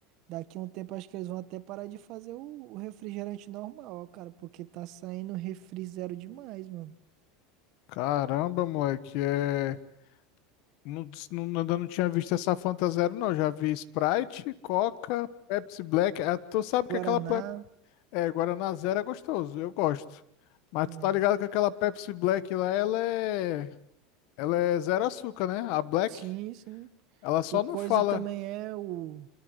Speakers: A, on the right; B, on the left.
A: Daqui a um tempo acho que eles vão até parar de fazer o, o refrigerante normal, cara, porque tá saindo refri zero demais, mano.
B: Caramba, moleque, é. Não, ts- não, ainda não tinha visto essa Fanta Zero, não. Já vi Sprite, Coca, Pepsi Black. Ah, tu sabe
A: Guaraná.
B: que aquela. Pe- É, Guaraná Zero é gostoso, eu gosto. Mas
A: hum,
B: tu tá ligado que aquela Pepsi Black lá, ela é. Ela é zero açúcar, né? A Black,
A: Sim, sim.
B: ela só
A: O coisa
B: não fala
A: também é o,